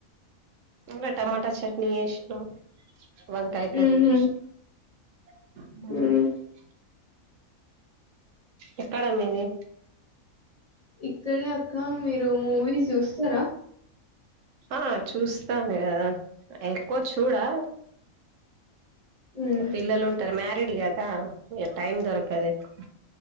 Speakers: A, on the right; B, on the left.
A: ఇంగా టమాటా చట్నీ చేసిన వంకాయ కర్రీ
B: ఉహు
A: చేసిన మ్మ్
B: ఉమ్
A: హ్ ఎక్కడ మీది
B: ఇక్కడే అక్క మీరు మూవీస్ చూస్తారా
A: ఆ చూస్తాను కదా ఎక్కువ చూడా
B: ఉమ్
A: ఇగా పిల్లలు ఉంటారు మ్యారీడ్ కదా ఇగా టైం దొరకదు ఎక్కువ